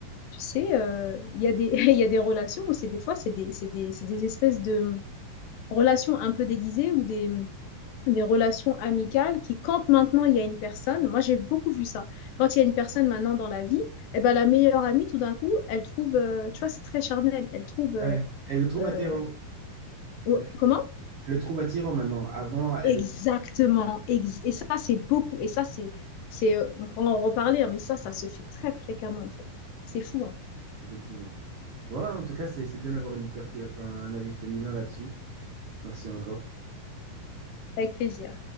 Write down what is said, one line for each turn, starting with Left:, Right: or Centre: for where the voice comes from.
Left: tu sais, euh, il y a des, <laughs> il y a des relations où c'est des fois, c'est des, c'est des, c'est des espèces de relations un peu déguisées ou des, des relations amicales qui, quand maintenant il y a une personne, moi j'ai beaucoup vu ça, quand il y a une personne maintenant dans la vie, eh ben, la meilleure amie, tout d'un coup, elle trouve, euh, tu vois, c'est très charnel, elle trouve, euh,
Right: ouais. Elle le trouve
Left: euh,
Right: attirant.
Left: ou-
Right: Elle
Left: comment?
Right: le trouve attirant maintenant. Avant, elle
Left: Exactement. Ex- et ça, c'est beaucoup. Et ça, c'est, c'est, euh, on pourra en reparler, hein, mais ça, ça se fait très fréquemment, en fait. C'est fou, hein.
Right: Effectivement. Voilà, en tout cas, c'est c'est bien d'avoir une perte, enfin, un avis féminin là-dessus. Merci encore.
Left: Avec plaisir.